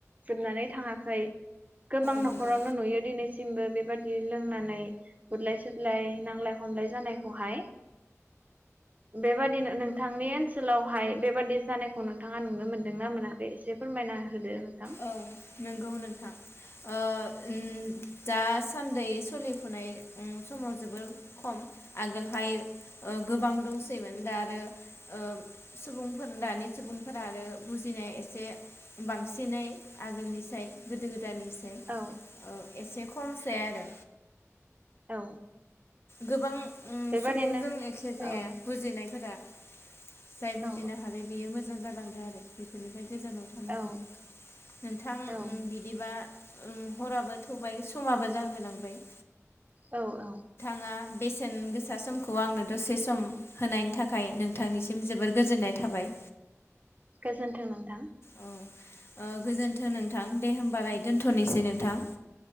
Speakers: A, on the right; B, on the left.
A: जोबनानै थाङाखै गोबां
B: नंगौ
A: नखरावनो नुयो दिनै दासिमबो बेबादि लोंनानै गुरलाय सुदलाय नांलाय हमलाय जानायखौहाय बेबादिनो नोंथांनि ओनसोलावहाय बेबादि जानायखौ नोंथाङा नुनो मोनदों ना मोनाखै एसे फोरमायना होदो नोंथां
B: औ नोंगौ नोंथां ओ ओम दा सान्दै सलिफुनाय ओम समाव जोबोर खम आगोलहाय ओ गोबां दंसैमोन दा आरो ओ सुबुंफोर दानि सुबुंफोरा आरो बुजिनाया एसे बां सिनै आगोलनिसाय गोदो गोद दानिसाय
A: औ
B: औ एसे खमसै आरो।
A: औ
B: गोबां ओम
A: बेबादिनो
B: सुबुंजों एखे जाया
A: औ
B: बुजिनायफोरा जाय बुजिनो
A: औ
B: हाबाय बेयो मो जां जालांदो आरो बेफोरनिफ्राय गोजानाव थानो
A: औ
B: हादों। नोंथां ओम
A: औ
B: बिदिबा ओम हराबो थौबाय समाबो जाहोलांबाय
A: औ औ
B: थाङा बेसेन गोसा समखौ आंनो दसे सम होनायनि थाखाय नोंथांनिसिम जोबोर गोजोननाय थाबाय।
A: गोजोन्थों नोंथां
B: औ ओ गोजोनथों नोंथां दे होमबालाय दोनथनोसै नोंथां।